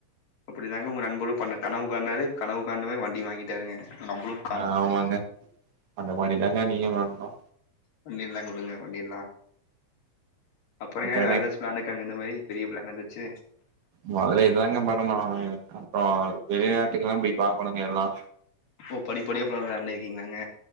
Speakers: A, on the left; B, on the right.
A: அப்டிதாங்க உங்க நண்பரு பண்ண கனவுக்காண்டாரு கனவுக்காண்டவ வண்டி வாங்கிட்டாருங்க நம்பளுக்
B: ஆமாங்க அந்த மாரி தாங்க நீங்க வரணு
A: பண்ணிர்லாங்க வுடுங்க பண்ணிர்லா அப்பறங்க
B: வேணாங்க
A: வேற ஏதாச்சு பிளான் இருக்கங்க இந்த மாரி பெரிய பிளான் ஏதாச்சு
B: முதல்ல இதுதாங்க பண்ணனு அப்றோ வெளிநாட்டுகல்லா போய் பாக்கணுங்க எல்லா
A: ஓ படிப்படியா பிளா ப்ளான் பண்ணிருக்கீங்களாங்க